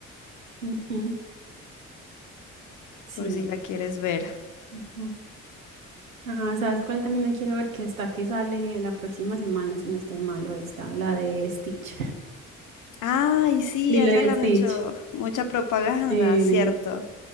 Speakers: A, on the right; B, on the left.
A: ujú, Sí.
B: por si la quieres ver.
A: ujú. Ah, ¿sabes cuál también me quiero ver? Que está que sale la próxima semana, si no estoy malo, está, la de Stitch. <laughs>
B: Ay, sí,
A: Lilo
B: a esa
A: y
B: le
A: Stitch.
B: han hecho mucha propaganda,
A: Sí,
B: cierto.